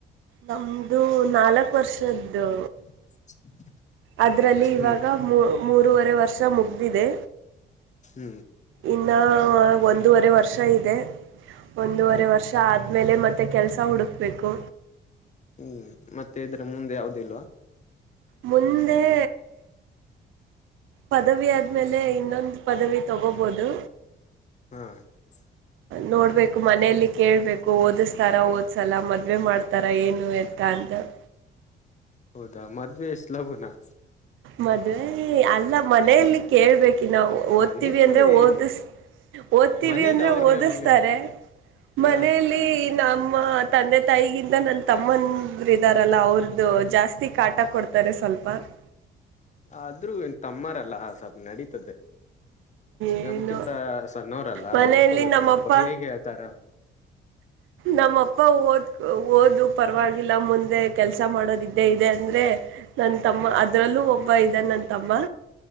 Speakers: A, on the right; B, on the left.
A: ನಮ್ದು ನಾಲಕ್ ವರ್ಷದ್ದು.
B: <unintelligible>
A: ಅದ್ರಲ್ಲಿ ಇವಾಗ
B: ಹ್ಮ್
A: ಮೂರ್ ಮೂರೂರುವರೆ ವರ್ಷ ಮುಗ್ದಿದೆ.
B: ಹ್ಮ್
A: ಇನ್ನ ಒಂದೂವರೆ ವರ್ಷ ಇದೆ. ಒಂದೂವರೆ
B: ಹ್ಮ್
A: ವರ್ಷ ಆದ್ಮೇಲೆ ಮತ್ತೆ ಕೆಲಸ ಹುಡುಕ್ಬೇಕು.
B: ಹ್ಮ್ ಮತ್ತೆ ಇದರ ಮುಂದ ಯಾವ್ದ ಇಲ್ವಾ.
A: ಮುಂದೆ ಪದವಿ ಆದ್ಮೇಲೆ ಇನ್ನೊಂದು ಪದವಿ ತಗೋಬಹದು.
B: ಹ <inaudible>
A: ನೋಡಬೇಕು ಮನೆಯಲ್ಲಿ ಕೇಳಬೇಕು ಓದಿಸ್ತಾರ ಓದಸಲ್ಲ ಮದುವೆ ಮಾಡ್ತಾರ ಏನು ಎತ್ತ ಅಂತ <inaudible>
B: ಹೌದಾ ಮದ್ವೆ ಇಷ್ಟ ಲಗುನಾ? <inaudible>
A: ಮದ್ವೆ ಅಲ್ಲ ಮನೇಲಿ ಕೇಳ್ಬೇಕಿ ನಾವು ಓದ್ತೀವಿ
B: ಮನೇಲಿ
A: ಅಂದ್ರೆ ಓದಸ <inaudible> ಓದ್ತೀವಿ
B: ಮನೇಲಿ
A: ಅಂದ್ರೆ
B: ಅವ್ರ
A: ಓದಿಸ್ತಾರೆ
B: ನಿಮ್ನೆ ಹಾ
A: ಮನೆಯಲ್ಲಿ <inaudible> ಈ ನಮ್ಮ ತಂದೆ ತಾಯಿಗಿಂತ ನನ್ನ ತಮ್ಮನ ಇದಾರಲ್ಲ ಅವರದ ಜಾಸ್ತಿ ಕಾಟ ಕೊಡ್ತ <inaudible> ತಡಿ ಸ್ವಲ್ಪ. <inaudible>
B: ಆದ್ರೂ ನಿಮ್ಮ ತಮ್ಮಾರಲ್ಲ ಸ್ವಲ್ಪ ನಡೀತದೆ. <inaudible>
A: ಏನೋ
B: ನಮ್ಕಿಂತ ಸಣ್ಣೋರಲ್ಲ
A: ಮನೆಯಲ್ಲಿ
B: ನೋಡ್ಕೋಬೇಕು
A: ನಮ್ಮಪ್ಪ
B: ಅವರ ಬಗ್ಗೆ ಹೇಗೆ ಆತರ <inaudible>
A: ನಮ್ಮ ಅಪ್ಪ ಓದ್ ಓದು ಪರವಾಗಿಲ್ಲ ಮುಂದೆ ಕೆಲಸಾ ಮಾಡೋದ್ ಇದ್ದೆ ಇದೆ ಅಂದ್ರೆ <inaudible> ನನ್ನ ತಮ್ಮ ಅದ್ರಲ್ಲೂ ಒಬ್ಬ ಇದನ ನನ್ನ ತಮ್ಮ